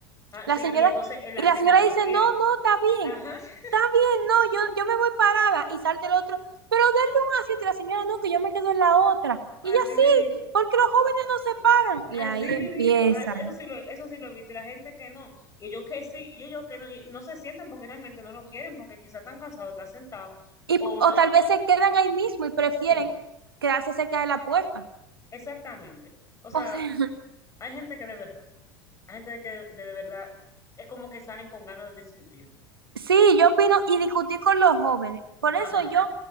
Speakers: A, on the left; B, on the right.
A: Ah,
B: La
A: sí,
B: señora
A: y entonces eh, la
B: y la
A: señora
B: señora
A: no
B: dice,
A: quiere.
B: "No, no, está bien.
A: Ajá, <laughs>
B: Está bien, no, yo yo me voy parada." Y salta el otro, "Pero denle un asiento." Y la señora, "No, que yo me quedo en la otra."
A: así
B: Y ella sí,
A: mismito.
B: porque los jóvenes no se paran. Y
A: Así
B: ahí <laughs>
A: mismito.
B: empieza.
A: Ah, Eso, eso sí lo, eso sí lo he visto. Y la gente que no. Y ellos que sí, y ellos que no. Y, y no se sientan porque realmente no lo quieren, porque quizás están cansados, están sentados.
B: Y,
A: O
B: o
A: no.
B: tal vez se quedan ahí mismo y prefieren
A: Sí,
B: quedarse cerca de la puerta.
A: exactamente. O sea,
B: O sea, <laughs>
A: hay gente que de verdad. Hay gente que de, de verdad es como que salen con ganas de discutir.
B: sí, yo opino y discutí con los jóvenes. Por
A: Ajá.
B: eso yo,